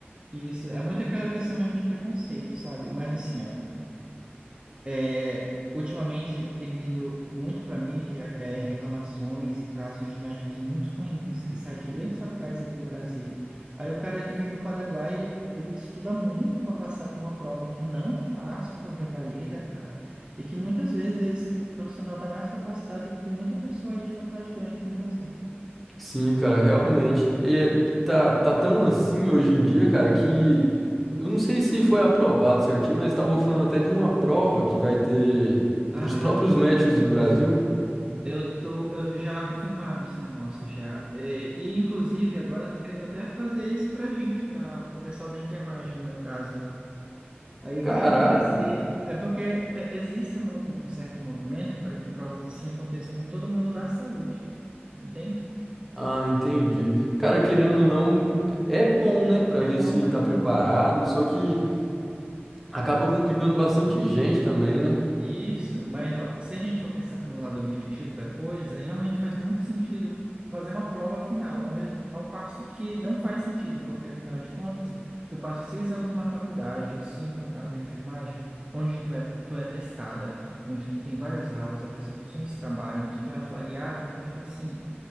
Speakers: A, on the right; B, in the centre.
A: Isso é muito aquela questão mesmo de preconceito, sabe? Mas assim, ó. É, ultimamente tem vindo muito para a mídia é, reclamações e casos de médicos muito ruins que saem de grandes faculdades aqui do Brasil. Aí o cara que vem do Paraguai, ele, ele estuda muito para passar por uma prova que não é fácil, que é o Revalida, cara, e que muitas vezes esse profissional está mais capacitado do que muita pessoa aí de faculdade grande no Brasil.
B: Sim, cara, realmente. E tá, tá tão assim hoje em dia, cara, que eu não sei se foi aprovado certinho, mas estavam falando até de uma prova que vai ter
A: Ah,
B: para os próprios
A: cara,
B: médicos
A: sim, sim,
B: do Brasil.
A: sim. Eu tô, eu- já confirmaram esse negócio já. É, e inclusive agora estão querendo até fazer isso pra gente, para o pessoal da enfermagem, no meu caso. Aí
B: Caraca!
A: vai acontecer, é porque é, existe uma- um certo movimento para que provas assim aconteçam com todo mundo da saúde, entende?
B: Ah, entendi. Cara, querendo ou não, é bom, né, Pra
A: É
B: ver
A: bom,
B: se
A: é
B: tá
A: bom.
B: preparado, só que acaba complicando bastante gente também, né?
A: Isso, mas ó, se a gente for pensar pelo lado objetivo da coisa, realmente faz muito sentido fazer uma prova final, ao mesmo ao passo que não faz sentido, porque afinal de contas, tu passa seis anos em uma faculdade, ou cinco no caso da enfermagem, onde tu é, tu é testada, onde tu tem várias aulas, apresentações de trabalho, onde tu é avaliada, então tipo assim,